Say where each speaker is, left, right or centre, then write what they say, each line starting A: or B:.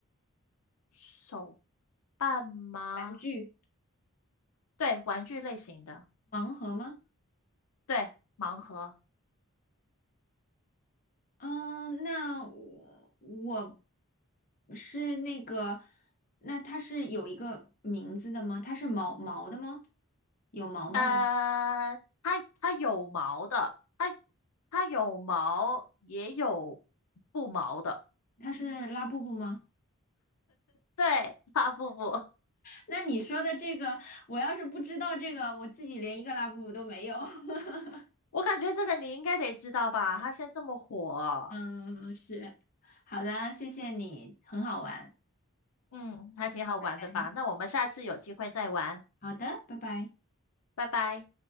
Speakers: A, on the left (about 80°); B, on the left (about 35°).
A: 手半吗？
B: 玩具，
A: 对，玩具类型的，
B: 盲盒吗？
A: 对，盲盒。
B: 嗯，那我我是那个，那它是有一个名字的吗？它是毛毛的吗？有毛毛的吗？
A: 呃，它它有毛的，它它有毛，也有不毛的。
B: 它是拉布布吗？
A: 对，发不不，
B: 那你说的这个，我要是不知道这个，我自己连一个拉布布都没有。<laughs>
A: 我感觉这个你应该得知道吧？它现在这么火，
B: 嗯，是。好啦，谢谢你，很好玩。
A: 嗯，还挺好玩的吧？
B: 哎，
A: 那我们下次有机会再玩，
B: 好的，拜拜。
A: 拜拜。